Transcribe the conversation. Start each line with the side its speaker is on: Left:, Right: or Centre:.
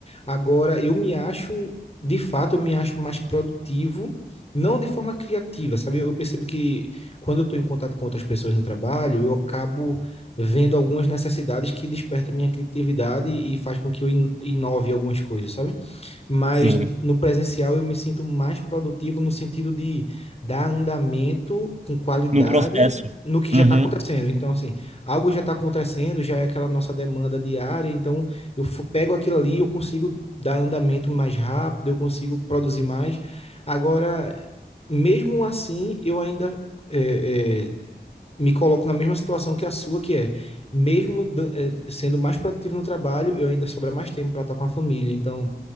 Left: Agora, eu me acho, de fato, eu me acho mais produtivo, não de forma criativa, sabe? Eu, eu percebo que quando eu estou em contato com outras pessoas no trabalho, eu acabo vendo algumas necessidades que desperta minha criatividade e faz com que eu inove algumas coisas, sabe? Mas
Right: Sim.
Left: no presencial eu me sinto mais produtivo no sentido de dar andamento com qualidade
Right: No processo.
Left: no que já
Right: Uhum.
Left: está acontecendo. Então, assim, algo já está acontecendo, já é aquela nossa demanda diária, então eu pego aquilo ali e eu consigo dar andamento mais rápido, eu consigo produzir mais. Agora, mesmo assim, eu ainda é, é, me coloco na mesma situação que a sua, que é, mesmo eh, sendo mais produtivo no trabalho, eu ainda sobra mais tempo para estar com a família. Então,